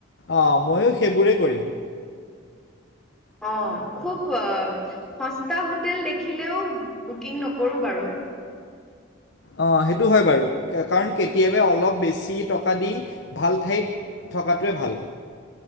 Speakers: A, on the left; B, in the centre.
A: অঁ, ময়ো সেইবোৰেই কৰিম।
B: অ, খুব আ সস্তা হোটেল দেখিলেও বুকিং নকৰোঁ বাৰু।
A: অ, সেইটো হয় বাৰু কাৰণ কেতিয়াবা অলপ বেছি টকা দি ভাল ঠাইত থকাটোৱে ভাল।